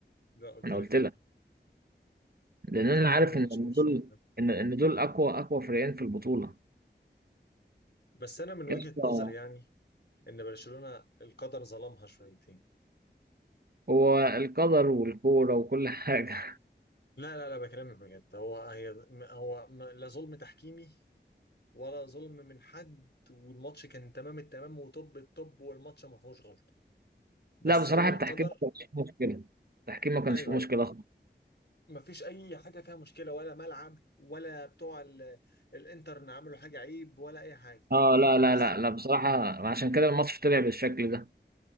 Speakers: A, on the left; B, on the right.
A: لا قلت
B: انا
A: لي
B: قلت
A: فعلا
B: لك لان
A: قلت
B: انا
A: لي فعلا
B: عارف
A: إن
B: ان
A: ماتش
B: إن
A: برشلونة
B: دول ان ان دول اقوى اقوى فريقين في البطولة
A: بس انا من وجهة
B: يا اسطى
A: نظري يعني ان برشلونة القدر ظلمها شويتين
B: هو القدر والكورة وكل حاجة
A: لا لا لا بكلمك بجد هو هي هو م- لا ظلم تحكيمي ولا ظلم من حد والماتش كان تمام التمام وطب الطب والماتش ما فيهوش غلطة
B: <laughs>
A: بس
B: لا بصراحة
A: هو القدر
B: التحكيم ما كانش فيه مشكلة التحكيم ما كانش
A: ايوه
B: فيه مشكلة خالص
A: مفيش اي حاجه فيها مشكله ولا ملعب ولا بتوع ال- الانترن عملوا حاجه عيب ولا اي حاجه
B: اه لا
A: الناس
B: لا لا لا بصراحة عشان كده الماتش طلع بالشكل ده